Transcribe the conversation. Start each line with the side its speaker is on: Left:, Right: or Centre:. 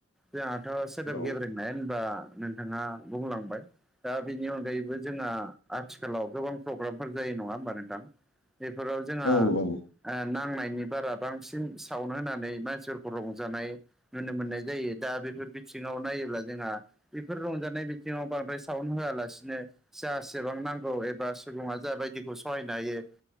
Centre: जोंहाथ' सोदोबगिरि
Left: औ
Centre: फोरोंनाय होनबा नोंथाङा बुंलांबाय दा बेनि अनगायैबो जोंहा आथिखालाव गोबां प्रग्रामफोर जायो नङा होमब नोंथां बेफोराव जोंहा
Left: औ औ
Centre: ओ नांनायनि बारा बांसिन साउन्ड होनानै मानसिफोरखौ रं जानाय नुनो मोननाय जायो दा बेफोर बिथिङाव नायोब्ला जोंहा बेफोर रंजानाय बिथिङाव बांद्राय साउन्ड होआलासिनो जासेबां नांगौ एबा सुबुङा जाबायदिखौ सहायनो हायो।